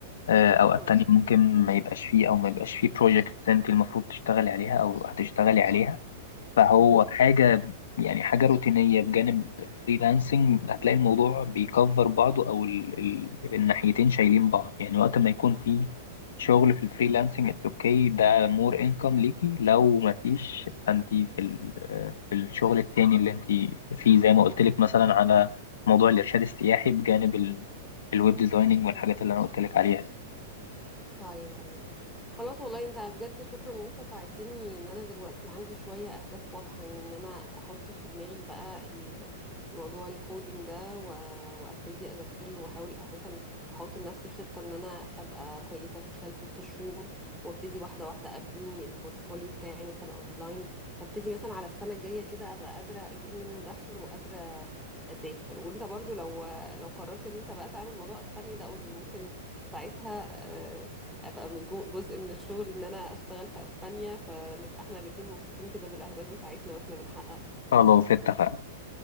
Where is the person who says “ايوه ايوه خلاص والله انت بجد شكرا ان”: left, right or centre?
Centre